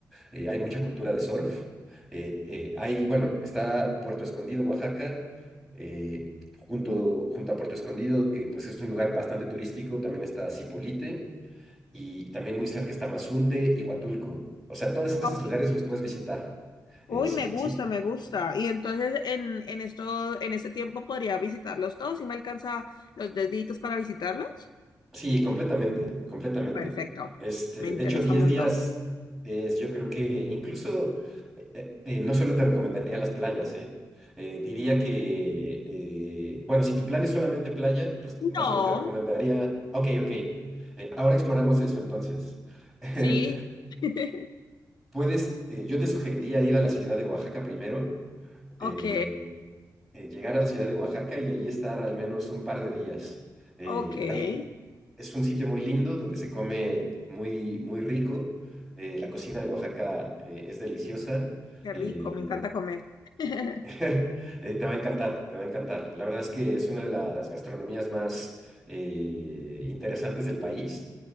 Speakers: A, in the centre; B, on the left.
A: Eh, hay mucha cultura de surf. Eh, eh, hay, bueno, está Puerto Escondido, Oaxaca, eh, junto, junto a Puerto Escondido, que pues es un lugar bastante turístico, también está Zipolite y también muy cerca está Mazunte y Huatulco. O sea, todos esos
B: Ok.
A: lugares los puedes visitar. Eh,
B: Uy,
A: si,
B: me gusta,
A: si
B: me gusta. Y entonces en, en esto, en ese tiempo podría visitarlos todos y me alcanza los deditos para visitarlos.
A: Sí, completamente, completamente.
B: Perfecto.
A: Este,
B: Me interesa
A: de hecho, diez
B: un montón.
A: días es, yo creo que incluso eh, eh, eh, no solo te recomendaría las playas, ¿eh? Eh, diría que, eh, bueno, si tu plan es solamente playa, pues más
B: No,
A: bien te recomendaría, ok, ok, eh, ahora exploramos eso entonces. <laughs>
B: sí. <laughs>
A: Puedes, eh, yo te sugeriría ir a la ciudad de Oaxaca primero, eh,
B: Ok,
A: eh, llegar a la ciudad de Oaxaca y ahí estar al menos un par de días. Eh,
B: ok. Qué
A: hay es un sitio muy lindo donde se come muy, muy rico. Eh, la cocina de Oaxaca eh, es deliciosa.
B: rico,
A: Eh,
B: me encanta comer. <laughs>
A: <laughs> eh, te va a encantar, te va a encantar. La verdad es que es una de las gastronomías más eh, interesantes del país.